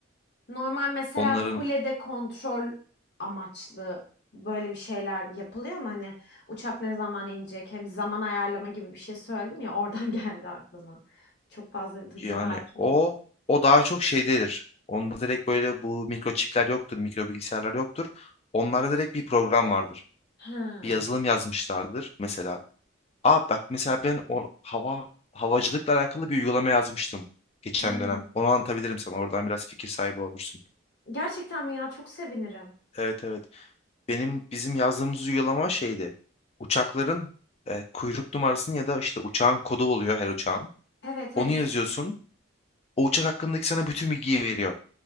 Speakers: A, on the left; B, on the left.
A: Normal mesela
B: Onların
A: kulede kontrol amaçlı böyle bir şeyler yapılıyor mu? Hani uçak ne zaman inecek? Hani zaman ayarlama gibi bir şey söyledim ya oradan <laughs> geldi aklıma. Çok fazla bilgi
B: Yani
A: hakimiyet.
B: o o daha çok şeydedir. Onda direkt böyle bu mikroçipler yoktur, mikro bilgisayarlar yoktur. Onlarda direkt bir program vardır.
A: Ha,
B: Bir yazılım yazmışlardır mesela. Aa bak mesela ben o hava havacılıkla alakalı bir uygulama yazmıştım geçen
A: ha.
B: dönem. Onu anlatabilirim sana. Oradan biraz fikir sahibi olursun.
A: Gerçekten mi ya? Çok sevinirim.
B: Evet evet. Benim bizim yazdığımız uygulama şeydi. Uçakların e, kuyruk numarasını ya da işte uçağın kodu oluyor her uçağın.
A: Evet
B: Onu
A: evet.
B: yazıyorsun. O uçak hakkındaki sana bütün bilgiyi veriyor.